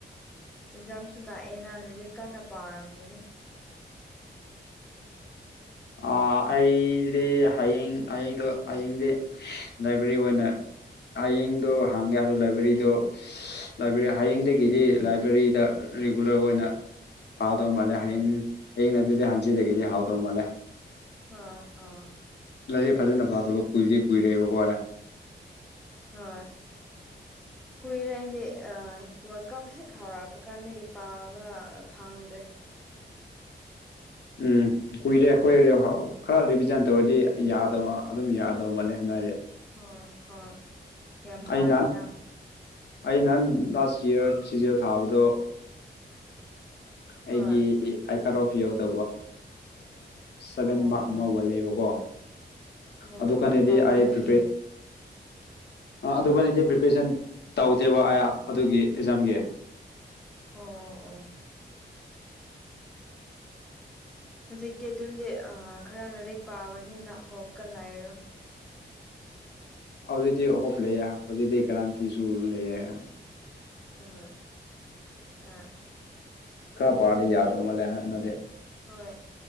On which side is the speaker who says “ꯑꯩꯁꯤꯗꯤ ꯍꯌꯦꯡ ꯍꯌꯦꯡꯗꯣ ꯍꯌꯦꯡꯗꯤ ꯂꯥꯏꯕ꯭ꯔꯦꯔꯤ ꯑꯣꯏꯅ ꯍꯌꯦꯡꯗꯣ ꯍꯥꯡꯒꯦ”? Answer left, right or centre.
Left